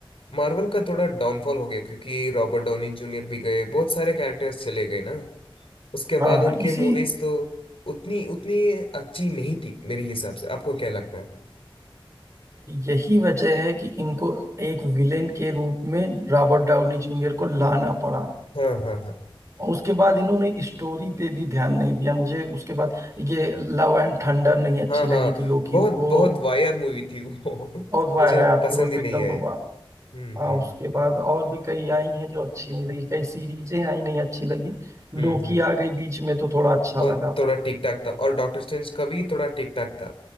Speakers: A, on the left (about 75°); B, on the right (about 35°).
A: मार्वल का थोड़ा डाउनफॉल हो गया क्योंकि रॉबर्ट डॉनी जूनियर भी गए बहुत सारे कैरेक्टर्स चले गए ना उसके
B: हाँ
A: बाद
B: हाँ
A: उनके
B: इसी
A: मूवीज तो उतनी उतनी अच्छी नहीं थी मेरे हिसाब से आपको क्या लगता है
B: यही वजह है कि इनको एक विलेन के रूप में रॉबर्ट डाउनी जूनियर को लाना पड़ा
A: हाँ हाँ हाँ
B: और उसके बाद इन्होंने स्टोरी पे भी ध्यान नहीं दिया मुझे उसके बाद ये लव एंड थंडर नहीं अच्छी
A: हाँ
B: लगी
A: हाँ
B: थी लोकी
A: बहुत
B: वो
A: बहुत वाहियात मूवी थी वो <laughs>
B: और वाहियात
A: मुझे पसंद
B: थी वो तो
A: ही नहीं
B: एकदम
A: आया
B: बवा
A: था हम्म
B: आ,
A: हम्म
B: उसके बाद और भी कई आई हैं जो अच्छी नहीं लगी कई सीरीजें आई नहीं अच्छी लगी लोकी
A: हम्म हम्म
B: आ गई बीच में तो थोड़ा अच्छा
A: और
B: लगा
A: थोड़ा ठीक ठाक था और डॉक्टर स्ट्रेंज का भी थोड़ा ठीक ठाक था